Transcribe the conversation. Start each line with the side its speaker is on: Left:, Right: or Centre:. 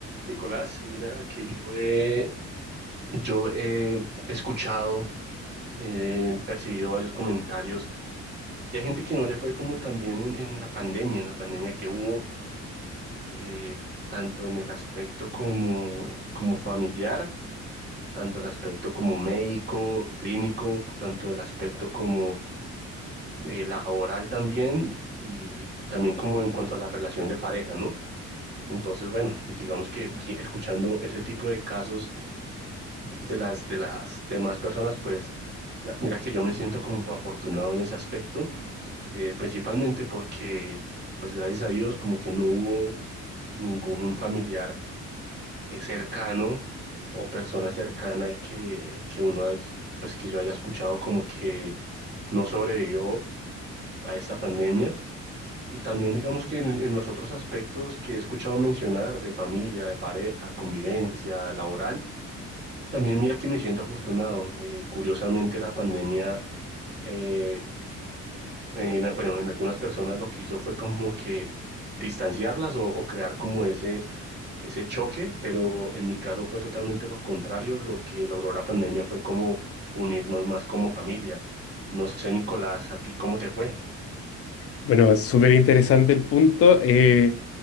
Right: Nicolás, mira que yo he, yo he escuchado, eh, percibido varios comentarios de gente que no le fue como también en, en la pandemia, en la pandemia que hubo, eh, tanto en el aspecto como, como familiar, tanto el aspecto como médico, clínico, tanto el aspecto como eh, laboral también, y, y también como en cuanto a la relación de pareja, ¿no? Entonces, bueno, digamos que vi- escuchando ese tipo de casos de las, de las demás personas, pues la- mira que yo me siento como afortunado en ese aspecto, eh, principalmente porque, pues gracias a Dios, como que no hubo ningún familiar eh, cercano o persona cercana que, que uno haya- pues que yo haya escuchado como que no sobrevivió a esta pandemia. Y también digamos que en, en los otros aspectos que he escuchado mencionar de familia, de pareja, convivencia, laboral, También mira que me siento afortunado. Eh, curiosamente la pandemia, eh, en bueno, en algunas personas lo que hizo fue como que distanciarlas o, o crear como ese, ese choque, pero en mi caso fue totalmente lo contrario. Lo que logró la pandemia fue como unirnos más como familia. No sé, Nicolás, ¿a ti cómo te fue?
Left: Bueno, súper interesante el punto. Eh,